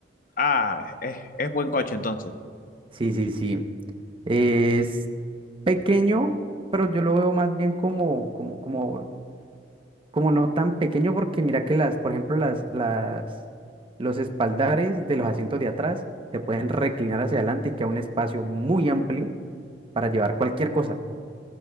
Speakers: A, on the left; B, on the right.
A: Ah, es, es buen coche entonces.
B: Sí, sí, sí. Es pequeño, pero yo lo veo más bien como, como, como, como no tan pequeño, porque mira que las, por ejemplo, las, las, los espaldares de los asientos de atrás se pueden reclinar hacia adelante y queda un espacio muy amplio para llevar cualquier cosa.